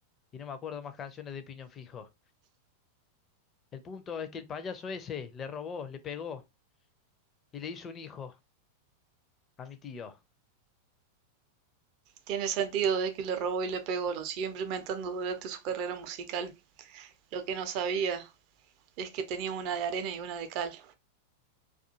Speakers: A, on the left; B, on the right.
A: y no me acuerdo más canciones de Piñón Fijo. El punto es que el payaso ese le robó, le pegó y le hizo un hijo a mi tío.
B: Tiene sentido de que le robó y le pegó, lo siguió implementando durante su carrera musical. Lo que no sabía es que tenía una de arena y una de cal.